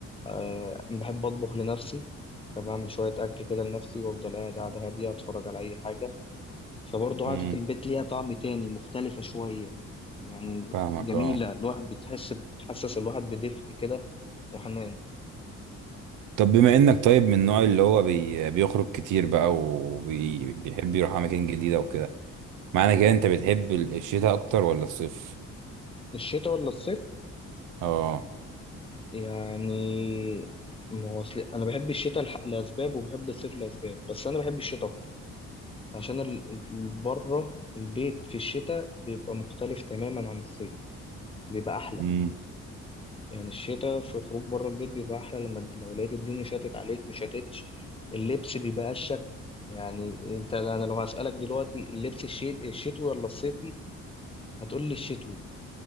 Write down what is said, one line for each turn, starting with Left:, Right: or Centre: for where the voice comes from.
Left: أه بحب اطبخ لنفسي فبعمل شويه اكل كده لنفسي وافضل قاعد قعده هاديه اتفرج على اي حاجه فبرضو قعده
Right: امم
Left: البيت ليها طعم تاني مختلفه شويه يعني
Right: فاهمك
Left: جميله
Right: اه
Left: الواحد بتحس بتحسس الواحد بدفء كده وحنان
Right: طب بما انك طيب من النوع اللي هو بي... بيخرج كتير بقى وبيحب يروح اماكن جديدة وكده معنى كده انت بتحب ال- الشتاء اكتر ولا الصيف
Left: الشتاء ولا الصيف
Right: اه
Left: يعني ما هو أصل أنا بحب الشتاء لح- لأسباب وبحب الصيف لأسباب بس أنا بحب الشتاء أكتر عشان ال- ال- بره البيت في الشتاء بيبقى مختلف تماما عن الصيف بيبقى أحلى
Right: امم
Left: يعني الشتاء في خروج بره البيت بيبقى أحلى لما لو لقيت الدنيا شتت عليك مش شتتش اللبس بيبقى أشك يعني أنت أنا لو هسألك دلوقتي اللبس الشي- الشتوي ولا الصيفي هتقول لي الشتوي